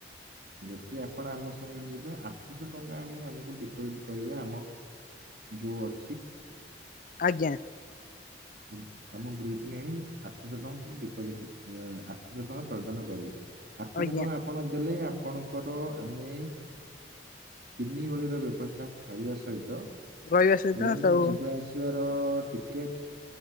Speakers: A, on the right (about 60°); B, on the left (about 50°).
A: ଯଦି ଆପଣ ଆମ ସାଙ୍ଗରେ ଯିବେ ଆଠଶହ ଟଙ୍କା ଆଣି ଆମକୁ ଡିପୋଜିଟ୍ କରିବେ ଆମ ଯୋଉ ଅଛି।
B: ଆଜ୍ଞା
A: ହୁଁ ଆମ ଗ୍ରୁପ ନେ ଆଣି ଆଠଶହ ଟଙ୍କା ଡିପୋଜିଟ୍ ଆଁ ଆଠଶହ ଟଙ୍କା ପ୍ରଦାନ କରିବେ। ଆଠଶହ
B: ଆଜ୍ଞା
A: ଟଙ୍କା ଆପଣ ଦେଲେ ଆ ଆପଣଙ୍କର ଆମେ ତିନି ଓଳିର ବ୍ୟବସ୍ଥା ଖାଇବା ସହିତ
B: ରହିବା ସହିତ
A: ଟ୍ରେନର
B: ସବୁ
A: ଯିବା ଆସିବାର ଟିକେଟ